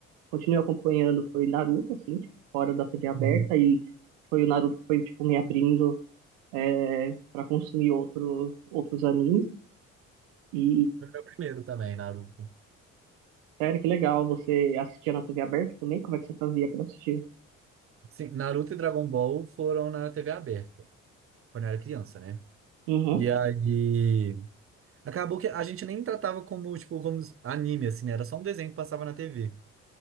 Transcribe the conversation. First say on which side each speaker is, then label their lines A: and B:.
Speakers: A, on the right; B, on the right.
A: continuei acompanhando foi Naruto, assim, tipo, fora da TV aberta,
B: Uhum.
A: e foi o Naruto que foi, tipo, me abrindo é, para consumir outros, outros animes. E,
B: Foi meu primeiro também, Naruto.
A: sério, que legal, você assistia na TV aberta também? Como é que você fazia para assistir?
B: Sim, Naruto e Dragon Ball foram na TV aberta, quando eu era criança, né?
A: Uhum,
B: E aí, acabou que a gente nem tratava como, tipo, como anime, assim, né? Era só um desenho que passava na TV.